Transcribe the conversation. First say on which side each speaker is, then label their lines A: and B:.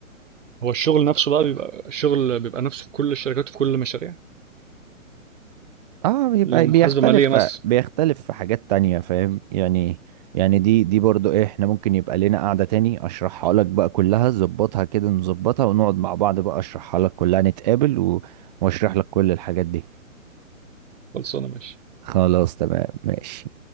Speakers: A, on the right (about 60°); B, on the right (about 30°).
A: هو الشغل نفسه بقى بيبقى الشغل بيبقى نفسه في كل الشركات وفي كل المشاريع؟
B: اه بيبقى
A: لو محاسبة
B: بيختلف
A: مالية مثلًا،
B: بيختلف في حاجات تانية فاهم يعني يعني دي دي برضو ايه احنا ممكن يبقى لنا قعدة تاني اشرحها لك بقى كلها ظبطها كده نظبطها ونقعد مع بعض بقى اشرحها لك كلها نتقابل و... واشرح لك كل الحاجات دي
A: خلصانة ماشي.
B: خلاص تمام ماشي